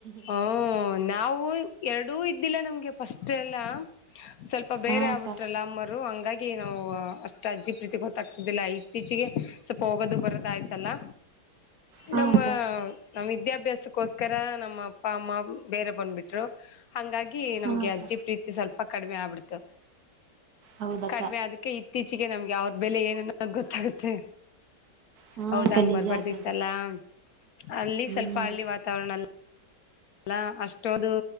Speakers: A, on the left (about 65°); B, on the right (about 65°).
A: ಹ್ಮ ನಾವು ಎರಡೂ ಇದ್ದಿಲ್ಲ ನಮ್ಗೆ ಫಸ್ಟ್ ಎಲ್ಲ ಸ್ವಲ್ಪ ಬೇರೆ
B: ಹಾ ಅಕ್ಕ
A: ಆಗ್ಬಿಟ್ಟು ಗಲಾಮರು ಹಂಗಾಗಿ ನಾವು ಅಷ್ಟ್ ಅಜ್ಜಿ ಪ್ರೀತಿ ಗೊತ್ತಾಗ್ತಿದ್ದಿಲ್ಲ ಇತ್ತೀಚೆಗೆ. ಸ್ವಲ್ಪ ಹೋಗೋದು ಬರದ ಆಯ್ತಲ್ಲ
B: ಹಾ
A: ನಮ್ಮ.
B: ಅಕ್ಕ
A: ನಮ್ಮ್ ವಿದ್ಯಾಭ್ಯಾಸಕ್ಕೋಸ್ಕರ ನಮ್ಮ ಅಪ್ಪ ಅಮ್ಮ ಬೇರೆ ಬಂದ್ಬಿಟ್ರು. ಹಂಗಾಗಿ
B: ಹಾ
A: ನಮ್ಗೆ
B: ಅಕ್ಕ
A: ಅಜ್ಜಿ ಪ್ರೀತಿ ಸ್ವಲ್ಪ ಕಡಿಮೆ ಆಗ್ಬಿಡ್ತು.
B: ಹೌದಕ್ಕ
A: ಕಡಿಮೆ ಅದಕ್ಕೆ ಇತ್ತೀಚಿಗೆ ನಮ್ಗೆ ಅವ್ರ ಬೆಲೆ ಏನನ್ನೋದು ಗೊತ್ತಾಗುತ್ತೆ.
B: ಹಾ
A: ಹೌದ
B: ಅಕ್ಕ
A: ಹಂಗ
B: ನಿಜ
A: ಬರ್ಬಾರ್ದಿತ್ತಲ್ಲಾ
B: ಅಕ್ಕ ಅದು
A: ಅಲ್ಲಿ
B: ಹ್ಮ್
A: ಸ್ವಲ್ಪ ಹಳ್ಳಿ ವಾತಾವರಣ ಅಲ್ಲ ಅಲ್ಲ ಅಷ್ಟೊದು